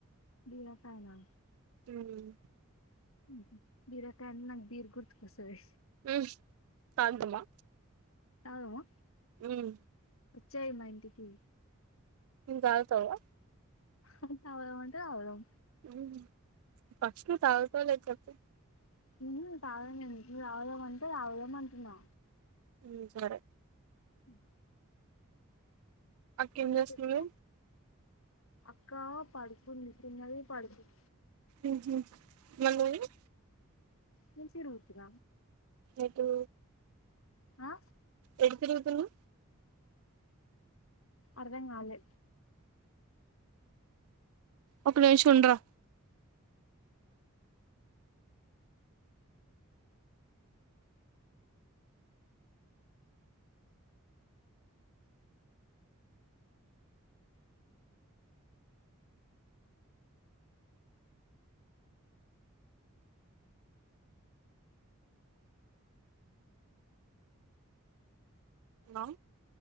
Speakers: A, on the left; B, on the right.
A: బీరకైనా
B: ఉమ్
A: ఉంహు బీరకాయ అంటే నాకు బీర్ గుర్తుకొస్తది
B: ష్ సాయంత్రమా
A: తాగుదమా
B: ఉమ్
A: వచ్చేయి మా ఇంటికి
B: ఎం తాగుతావా
A: హ తాగుదాం అంటే తాగుదాం
B: ఉమ్ ఫస్ట్ నువ్వు తాగుతావో లేదో చెప్పు
A: <unintelligible> నువు తాగుదాం అంటే తాగుదాం అంటున్నా
B: ఉమ్ సరే
A: ఉమ్
B: అక్క ఏం
A: ఇంకా
B: చేస్తుంది
A: చెప్పు అక్క పడుకుంది తిన్నది పడుకుం
B: ఉంహు మరి నేను
A: నేను సీర కుట్టిన
B: ఎటు
A: ఆ
B: ఎ రుగుతున్నా
A: అర్థం గాలే
B: ఒక నిమిషుండరా ఆ